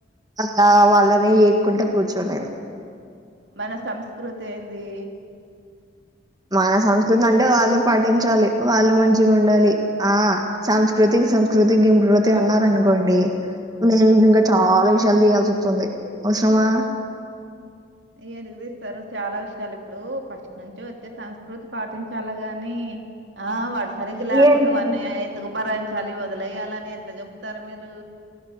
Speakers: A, on the right (about 20°); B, on the right (about 75°).
A: అలా వాళ్ళని ఏక్కుంట కూర్చోలేను
B: మన సంస్కృతేన్ది
A: మన సంస్కృతి అంటే వాళ్ళు పాఠించాలి వాళ్ళు మంచిగున్డలి ఆ చామ్స్కృతిక సంస్కృతి గిమ్కృతి అన్నర్ అనుకోండి నేను
B: ఉమ్
A: ఇంకా చాలా విషయాలు తీయాల్సి వస్తుంది అవసరమా
B: ఎంటికి తీస్తారు చాలా విషయాలు ఇప్పుడు ఫస్ట్ నుంచి వచ్చే సంస్కృతి పాటించాల గాని ఆ వాడ్ సరిగ లాపోతేవన్నయ
A: ఏంటి?
B: ఎందుకు భరయించాలి వదిలయ్యాలని ఎట్లా చెప్తారు మీరు